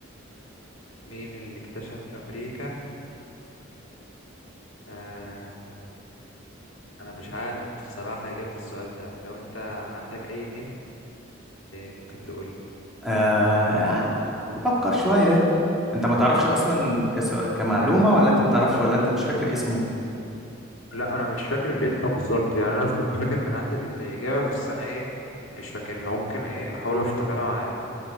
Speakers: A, on the left (about 80°); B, in the centre.
A: مين اللي اكتشف امريكا آه، انا مش عارف بصراحه اجابه السؤال ده لو انت عندك اي هند ممكن تقول
B: آه افكر شوية انت ما تعرفش اصلا كس... كمعلومة ولا انت ما تعرفش ولا انت مش فاكر اسمه
A: لا انا مش فاكر الاسم بالظبط يعني انا كنت فاكر كان عندي الاجابه بس انا ايه مش فاكرها ممكن ايه احاول افتكرها معاك